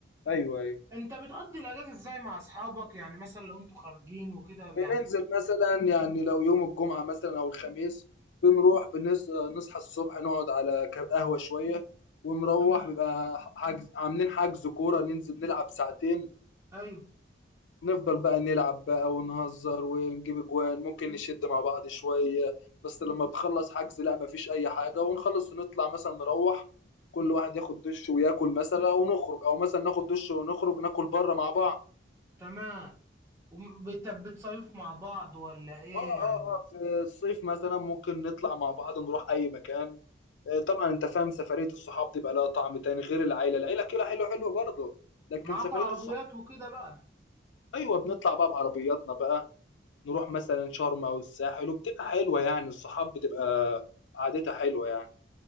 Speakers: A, on the left (about 75°); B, on the right (about 15°).
A: ايوه ايوه
B: انت بتقضي الاجازه ازاي مع اصحابك يعني مثلا لو انتوا خارجين وكده يعني
A: بننزل مثلا يعني لو يوم الجمعه مثلا او الخميس بنروح بنص... نصحى الصبح نقعد على ك- قهوه شويه ونروح
B: تمام
A: بيبقى حجز عاملين حجز كوره ننزل نلعب ساعتين
B: ايوه
A: نفضل بقى نلعب بقى ونهزر ونجيب اجوان ممكن نشد مع بعض شوية بس لما بخلص حجز لا مفيش اي حاجة ونخلص ونطلع مثلا نروح كل واحد ياخد دش وياكل مثلا ونخرج او مثلا ناخد دش ونخرج ناكل بره مع بعض
B: تمام وبتصيفوا مع بعض ولا ايه
A: اه اه
B: يعني
A: اه في الصيف مثلا ممكن نطلع مع بعض نروح اي مكان آه، طبعا انت فاهم سفرية الصحاب دي بقى لها طعم تاني غير العيلة العيلة كده حلوة حلوة برضه لكن
B: معاكوا
A: سفرية
B: عربيات
A: الصحاب
B: وكده بقى
A: ايوه بنطلع بقى بعربياتنا بقى نروح مثلا شرم او الساحل وبتبقى حلوه يعني الصحاب بتبقى قعدتها حلوه يعني